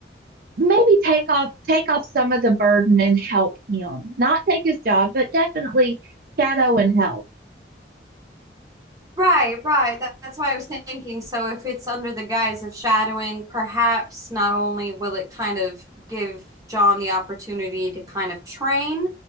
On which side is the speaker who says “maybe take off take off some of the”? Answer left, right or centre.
Right